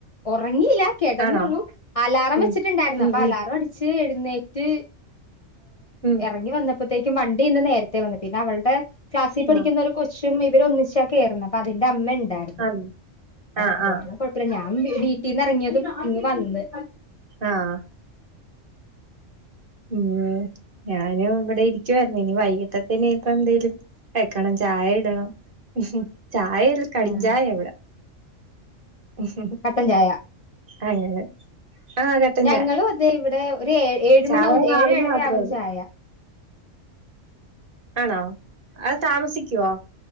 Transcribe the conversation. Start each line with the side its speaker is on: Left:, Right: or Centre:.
Left: ഉറങ്ങീല്ല കിടന്നുള്ളു
Right: ആണോ
Left: അലാറം
Right: ഉം
Left: വെച്ചിട്ടുണ്ടായിരുന്നു
Right: ഉം
Left: അപ്പൊ
Right: ഉം
Left: അലാറം അടിച്ച് എഴുന്നേറ്റ്
Right: ഉം
Left: ഇറങ്ങി വന്നപ്പോത്തേക്കും വണ്ടി ഇന്ന് നേരത്തെ വന്നു പിന്നെ അവളുടെ ക്ലാസ്സിൽ പഠിക്കുന്ന
Right: ആഹ്
Left: ഒരു പക്ഷേഇവര് ഒന്നിച്ചാ കയറുന്നത് അപ്പൊ അതിന്റെ അമ്മ ഉണ്ടായിരുന്നു
Right: ആണോ ആഹ്
Left: അത്
Right: ആഹ്
Left: കാരണം കുഴപ്പമില്ല ഞാൻ വീട്ടിൽന്ന് ഇറങ്ങിയതും ഇങ്ങ് വന്ന്
Right: ആഹ് ഉം ഞാനും ഇവിടെ ഇരിക്കുവായിരുന്നു ഇനി വൈകീട്ടത്തിന് ഇപ്പ എന്തേലും വെക്കണം ചായ ഇടണം ചായല്ല കടും
Left: ആഹ്
Right: ചായെ ഇ വിടെ ഉം ഉം
Left: കട്ടൻ ചായ
Right: അങ്ങനെ ആ കട്ടൻ
Left: ഞങ്ങളും
Right: ചായ
Left: അതെ ഇവിടെ ഒരു ഏഴ് ഏഴ്
Right: ചായ
Left: മണി ആവും
Right: രാവിലെ
Left: ഏഴ് ഏഴര
Right: മാത്രള്ളു
Left: ആവും ചായ
Right: ആണോ അത് താമസിക്കുവോ